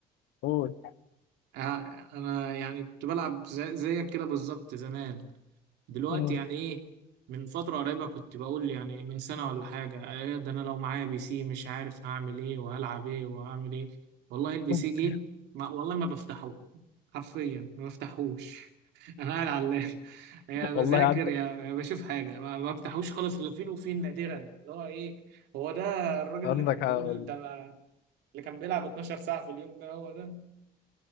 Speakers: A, on the left (about 80°); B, on the right (about 85°).
A: قول
B: آه، انا يعني كنت بلعب زي- زيك كده بالظبط زمان دلوقتي
A: مم.
B: يعني ايه من فترة قريبة كنت بقول يعني من سنة ولا حاجة إيه ده انا لو معايا بي سي مش عارف هعمل ايه وهلعب ايه وهعمل ايه والله البي
A: <laughs>
B: سي جه ما والله ما بفتحه حرفيا ما بفتحوش <laughs> انا قاعد على اللاب <laughs> يا بذاكر
A: والله عندك
B: يا يا بشوف حاجة ما ما بفتحوش خالص الا فين وفين نادرا اللي هو ايه هو ده الراجل
A: عندك
B: اللي كان
A: حق
B: بيقول
A: والله
B: ده أنا- اللي كان بيلعب 12 ساعة في اليوم ده هو ده